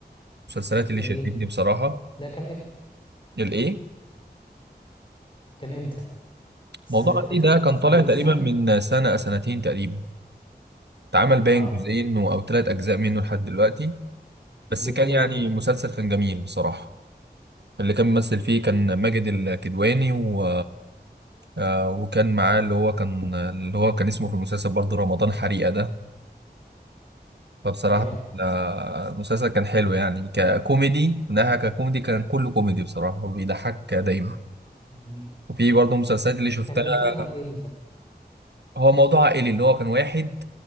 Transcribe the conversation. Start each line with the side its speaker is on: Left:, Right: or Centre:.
Right: المسلسلات اللي
Left: جميل
Right: شدتني بصراحة
Left: ده كان إمتى؟
Right: الإيه؟
Left: كان إمتى؟ السنة
Right: موضوع
Left: اللي
Right: عائلي
Left: فاتت
Right: ده كان
Left: حديث
Right: طالع تقريبا
Left: يعني
Right: من سنة أو سنتين تقريبا اتعمل باين
Left: اه
Right: جزئين أو ثلاث أجزاء منه لحد دلوقتي بس
Left: بيتكلم
Right: كان يعني
Left: عن إيه؟
Right: مسلسل كان جميل بصراحة اللي كان ممثل فيه كان ماجد الكدواني و... آه، وكان معاه اللي هو كان اللي هو كان اسمه في المسلسل برضه رمضان حريقة ده فبصراحة
Left: أيوه
Right: ال- المسلسل كان حلو يعني ككوميدي من ناحية ككوميدي كان كله كوميدي بصراحة وبيضحك دايما
Left: جميل.
Right: وفي برضه مسلسلات اللي شفتها
Left: كان بيتكلم عن إيه المسلسل؟
Right: هو موضوع عائلي اللي هو كان واحد